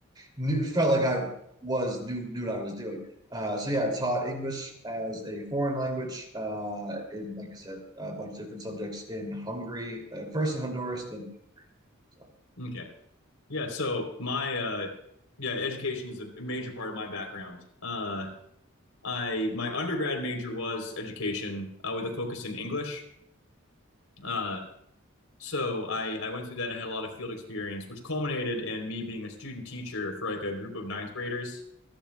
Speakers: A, on the right; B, on the left.
A: knew, felt like I was knew knew what I was doing. Uh, so yeah, I taught English as a foreign language uh, in, like I said, a bunch of different subjects in Hungary, uh, first in Honduras, then in so,
B: Okay. Yeah. So my uh, yeah, education is a major part of my background. Uh, I my undergrad major was education uh, with a focus in English. Uh, so I, I went through that and had a lot of field experience, which culminated in me being a student teacher for like a group of ninth graders,